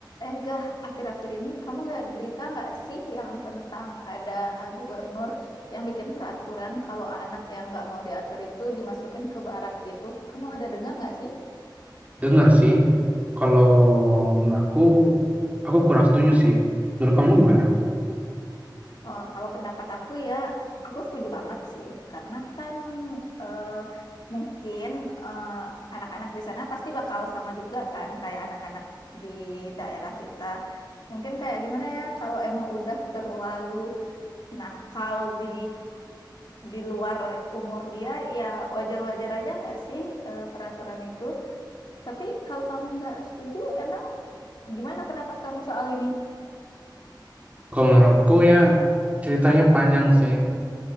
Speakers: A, on the left; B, on the right.
A: Eh, Gah, akhir-akhir ini kamu lihat berita nggak sih yang tentang ada gubernur yang bikin peraturan kalau anak yang nggak mau diatur itu dimasukin ke barak gitu? Kamu ada dengar nggak sih?
B: dengar sih. Kalau menurut aku, aku kurang setuju sih. Menurut kamu gimana?
A: Eh, kalau pendapat aku ya, aku setuju banget sih, karena kan eh, mungkin eh, anak-anak di sana pasti bakal sama juga kan kayak anak-anak di daerah kita. Mungkin kayak gimana ya, kalau emang udah terlalu nakal di di luar umur dia ya wajar-wajar aja nggak sih eh, peraturan itu. Tapi kalau kamu nggak setuju, emang gimana pendapat kamu soal ini?
B: Kalau menurut aku ya ceritanya panjang sih.